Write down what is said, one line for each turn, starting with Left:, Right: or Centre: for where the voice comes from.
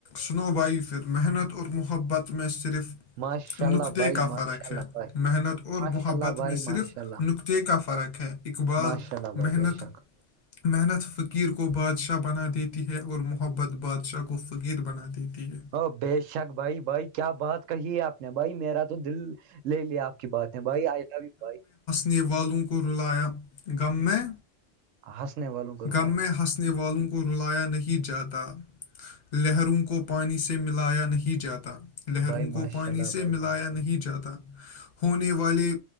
Left: سنو بائی پھر محنت اور محبت میں صرف
Right: ماشاء
Left: نقطہ
Right: اللہ بھائی
Left: کا
Right: ماشاء
Left: فرق
Right: اللہ
Left: ہے
Right: بھائی
Left: محنت اور
Right: ماشاء
Left: محبت
Right: اللہ بھائی
Left: میں صرف
Right: ماشاء اللہ
Left: نقطہ کا فرق ہے اقبال
Right: ماشاء اللہ بھائی
Left: محنت
Right: بے شک
Left: محنت فقیر کو بادشاہ بنا دیتی ہے اور محبت بادشاہ کو فقیر بنا دیتی ہے
Right: ا بے شک بھائی بھائی کیا بات کہی ہے آپ نے بھائی میرا تو دل لے لیا آپ کی بات ہے بھائی آئی لو و بائی
Left: نے والوں کو رلایا غم میں
Right: ہنسنے والوں کو رلایا
Left: غم میں ہنسنے والوں کو رلایا نہیں جاتا لہروں کو پانی سے ملایا نہیں جاتا لہروں
Right: بھائی ماشاء
Left: کو پانی
Right: اللہ
Left: سے
Right: بھائی ماشاء
Left: ملایا نہیں
Right: اللہ
Left: جاتا ہونے والے